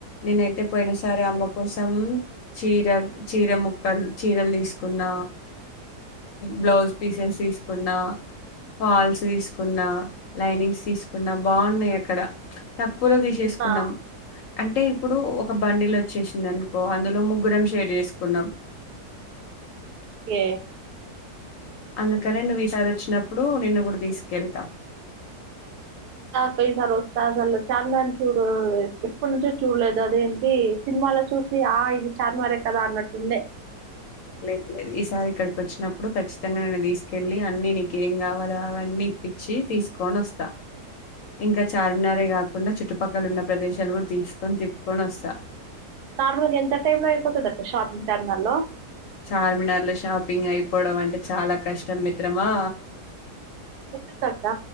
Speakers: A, on the left; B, on the right.
A: నేనయితే పోయినసారి సారి అమ్మ కోసం చీర చీర ముక్కలు చీరలు తీసుకున్న బ్లౌజ్ పీసెస్ తీసుకున్నా పాల్స్ తీసుకున్నా లైనింగ్స్ తీసుకున్నా బాగున్నాయి అక్కడ తక్కువలో తీసేసుకున్నాం
B: అవునా
A: అంటే ఇప్పుడు ఒక బండిలొ వచ్చేసింది అనుకో అందులో ముగ్గురం షేర్ చేసుకున్నాం
B: ఏ
A: అందుకనే నువ్వు ఈసారి వచ్చినప్పుడు నిను గూడ తీసుకెళ్తా
B: ఆ అక్క ఈసారి వస్తా అసలు చార్మార్ చూడు ఎప్పటి నుంచో చూడలేదు అదేంటి సినిమాలో చూసి ఆ ఇది చార్మారే కదా అన్నట్లు ఉండే
A: లేదు లేదు ఈసారి ఇక్కడికి వచ్చినప్పుడు ఖచ్చితంగా నేను తీసుకెళ్ళి అన్ని నీకు ఏం కావాలో అవన్నీ ఇప్పించి తీసుకొని వస్తా ఇంకా చార్మినారే కాకుండా చుట్టుపక్కల ఉన్న ప్రదేశాలు కూడా తీసుకొని తిప్పుకొని వస్తా
B: నార్మల్ గా ఎంత టైమ్ లో అయిపోతుంది అక్క షార్పింగ్ టర్న లో
A: చార్మినార్లు షాపింగ్ అయిపోవడం అంటే చాలా కష్టం మిత్రమా
B: ఎందుకక్క